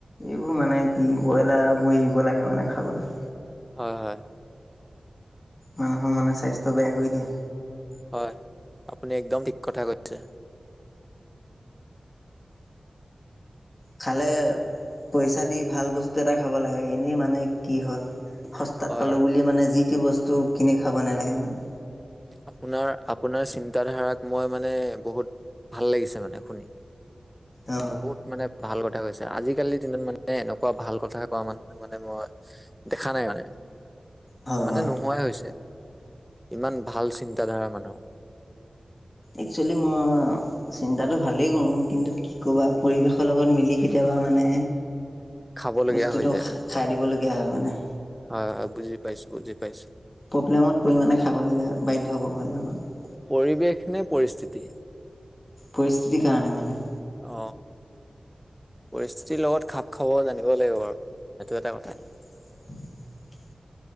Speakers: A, on the left; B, in the centre.
A: এইবোৰ মানে কি বয়লাৰবোৰ এৰিব লাগে মানে খাবলে।
B: হয় হয়।
A: মানুহৰ মানে স্বাস্থ্য বেয়া কৰি দিয়ে।
B: হয়, আপুনি একদম ঠিক কথা কৈছে।
A: খালে পইচা দি ভাল বস্তু এটা খাব লাগে, এনেই মানে কি হ'য় সস্তাত
B: হয়
A: পালো
B: হয়
A: বুলি মানে যিটি বস্তু কিনি খাব নালাগে মানে।
B: আপোনাৰ, আপোনাৰ চিন্তাধাৰাক মই মানে বহুত ভাল লাগিছে মানে শুনি।
A: অ
B: বহুত মানে ভাল কথা কৈছে, আজিকালিৰ দিনত মানে এনেকুৱা ভাল কথা কোৱা মানুহ মানে মই দেখা নাই মানে,
A: হয়
B: মানে
A: হয়
B: নোহোৱাই হৈছে। ইমান ভাল চিন্তাধাৰা মানুহ।
A: একচুৱেলি মই চিন্তাটো ভালেই কৰো। কিন্তু, কি ক'বা পৰিৱেশৰ লগত মিলি কেতিয়াবা মানে
B: খাবলগীয়া
A: বস্তুটো
B: হৈ যায়
A: খা-খাই
B: আৰু
A: দিবলগীয়া হয় মানে।
B: হয় হয়, বুজি পাইছো বুজি পাইছো।
A: প্ৰব্লেমত পৰি মানে খাবলগীয়া হয়, বাধ্যকৰ হৈ যাওঁ মানে।
B: পৰিৱেশ নে পৰিস্থিতি?
A: পৰিস্থিতিৰ কাৰণে মানে।
B: অ' পৰিস্থিতিৰ লগত খাপ খাব জানিব লাগিব বাৰু, সেইটো এটা কথা।
A: <inaudible>